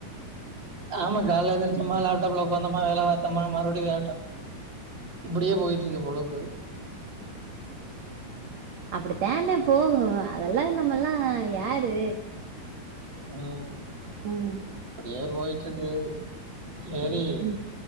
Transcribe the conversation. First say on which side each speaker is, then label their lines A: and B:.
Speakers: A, on the right (about 30°); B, on the right (about 50°).
A: ஆமா காலைல எந்திரிச்சோமா லேப்டாப்ல உட்காந்தோமா வேல பாத்தோமா மறுபடியும் <unintelligible> இப்பிடியே போயிட்டு இருக்க பொழப்பு
B: அப்படிதான்னே போகும் அதெல்லாம் நம்மல்லாம் யாரு
A: ஹலோ
B: ம்
A: இப்பிடியே போயிட்டு இருக்கு சரி
B: ம்